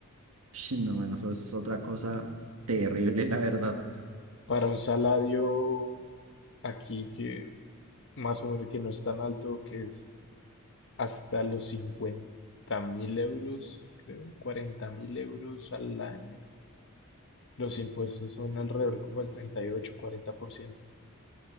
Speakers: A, on the right (about 80°); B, on the left (about 60°).
A: Ush, No, bueno, eso es otra cosa terrible, la verdad.
B: Para un salario aquí que más o menos que no es tan alto, que es hasta los cincuenta mil euros, creo, cuarenta mil euros al año. Los impuestos son alrededor como el 38, 40%. O